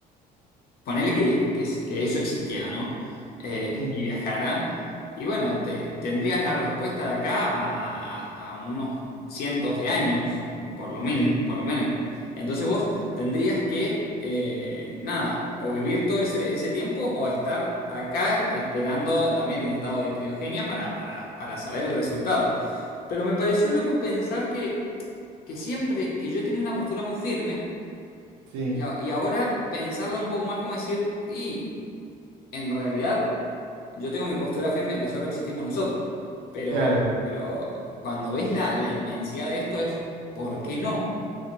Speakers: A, on the left; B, on the right.
A: Ponele que, que es- que eso existiera, ¿no? Eh,
B: Sí.
A: y viajara. Y bueno, te- tendrías la respuesta de acá a, a- a unos cientos de años, por lo mínimo,
B: Sí,
A: por lo menos. Entonces vos tendrías que, eh, nada, o vivir todo ese, ese tiempo o estar acá esperando también en estado de criogenia para, para, para saber el resultado. Pero me pareció loco pensar que, que siempre, que yo tenía una postura muy firme.
B: sí,
A: Y, a- y ahora pensarla un poco más como decir, y en realidad yo tengo mi postura firme de que solo existimos nosotros, pero,
B: claro.
A: pero cuando ves la, la inmensidad de esto es, ¿por qué no?